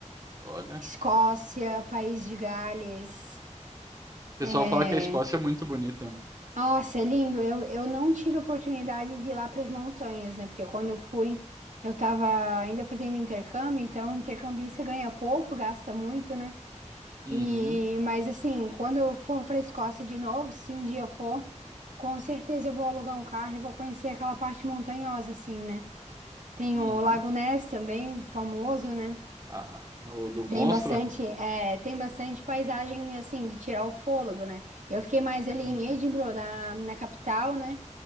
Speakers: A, on the right (about 25°); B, on the right (about 80°).
A: Olha, o
B: Escócia, País de Gales.
A: pessoal
B: É...
A: fala que a Escócia é muito bonita.
B: Nossa, é lindo. Eu, eu não tive a oportunidade de ir lá para as montanhas, né? Porque quando eu fui, eu estava ainda fazendo intercâmbio, então intercambista ganha pouco, gasta muito, né?
A: Uhum,
B: E, mas assim, quando eu for para a Escócia de novo, se um dia eu for, com certeza eu vou alugar um carro e vou conhecer aquela parte montanhosa, assim, né? Tem
A: uhum.
B: o Lago Ness também, famoso, né?
A: Ah, o do monstro?
B: Tem bastante, é, tem bastante paisagem assim de tirar o fôlego, né? Eu fiquei mais ali
A: Uhum,
B: em Edinburgh, na, na capital, né?